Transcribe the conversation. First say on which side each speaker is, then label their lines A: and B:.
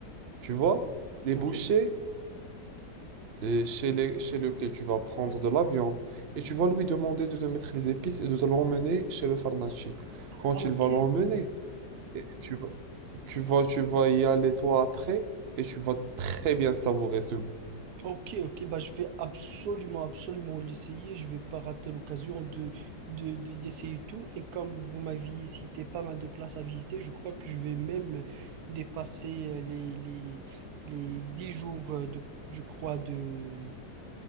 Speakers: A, on the right; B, on the right.
A: Tu vois, les
B: Oui.
A: bouchers euh, chez, les, chez lequel tu vas prendre de la viande et tu vas lui demander de te mettre les épices et de te l'emmener chez le pharmacie.
B: Ah,
A: Quand
B: ok.
A: il va l'emmener, et tu vas tu vas, tu vas y aller toi après et tu vas très bien savourer ce goût.
B: Ok, ok, bah je vais absolument, absolument l'essayer. Je vais pas rater l'occasion de, de, de- d'essayer tout. Et comme vous m'aviez cité pas mal de places à visiter, je crois que je vais même dépasser euh, les, les, les 10 jours euh, de, je crois, de,